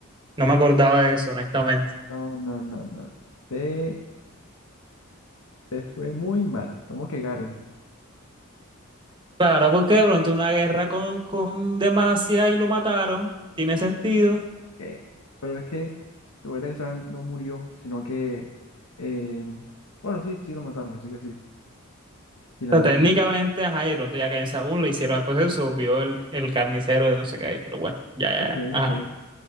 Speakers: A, on the right; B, on the left.
A: no me acordaba de eso, honestamente.
B: No, no, no, no. Te, te fue muy mal. ¿Cómo que Garen?
A: Claro, porque de pronto una guerra con, con Demacia y lo mataron, tiene sentido.
B: ¿Qué? Pero es que, recuerda que Sam no murió, sino que, eh, bueno, sí, sí lo mataron, así que sí, sí, la
A: sea,
B: verdad
A: técnicamente,
B: es que sí.
A: ajá, y de pronto ya Caín Saúl le hicieron el proceso, se volvió el, el carnicero de no sé qué, pero bueno, ya, ya,
B: Ok,
A: ya, ajá.
B: ok,